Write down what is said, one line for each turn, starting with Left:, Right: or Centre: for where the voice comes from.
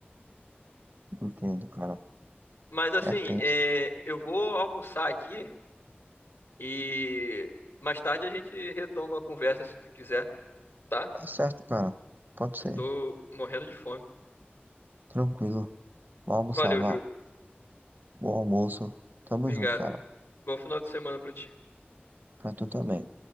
Right: Entendo, cara.
Left: Mas assim,
Right: É tenso.
Left: é, eu vou almoçar aqui e mais tarde a gente retoma a conversa se tu quiser, tá?
Right: Tá certo, cara. Pode
Left: Eu
Right: ser.
Left: tô morrendo de fome.
Right: Tranquilo. Vou almoçar,
Left: Valeu,
Right: vá.
Left: Júlio.
Right: Bom almoço. Tamo
Left: Obrigado.
Right: junto, cara.
Left: Bom final de semana pra ti.
Right: Pra tu também.